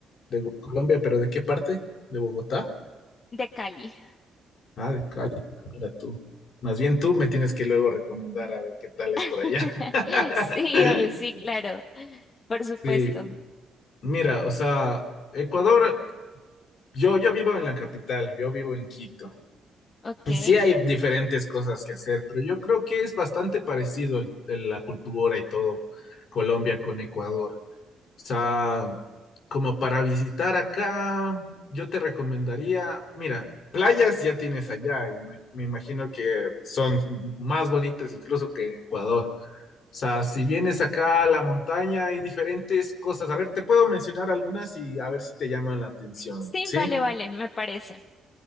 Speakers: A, on the left; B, on the left.
A: de Colombia, pero ¿de qué parte? ¿De Bogotá?
B: de Cali.
A: Ah, de Cali. Ah, Mira tú. Más bien tú me tienes que luego recomendar a ver qué tal es
B: <laughs>
A: por allá. <laughs>
B: Sí, o- sí, claro. Por supuesto.
A: Sí, Mira, o sea, Ecuador, yo, yo vivo en la capital, yo vivo en Quito.
B: Ok.
A: Y sí hay diferentes cosas que hacer, pero yo creo que es bastante parecido el- el- la cultura y todo Colombia con Ecuador. O sea, como para visitar acá, yo te recomendaría, mira, playas ya tienes allá, y me me imagino que son más bonitas incluso que Ecuador sea, si vienes acá a la montaña hay diferentes cosas. A ver, te puedo mencionar algunas y a ver si te llama la atención,
B: Sí,
A: ¿sí?
B: vale, vale, me parece.